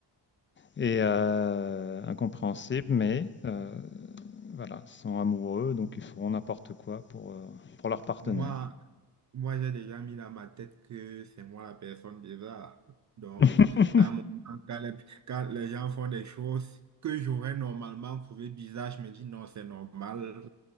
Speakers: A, on the left; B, on the right.
A: et euh, incompréhensible, mais euh, voilà, sont amoureux, donc ils feront n'importe quoi pour, euh, pour leur partenaire.
B: moi, Moi, j'ai déjà mis dans ma tête que c'est moi la personne bizarre. Donc,
A: <laughs>
B: à un moment, quand les, quand les gens font des choses que j'aurais normalement trouvé bizarres, je me dis non, c'est normal.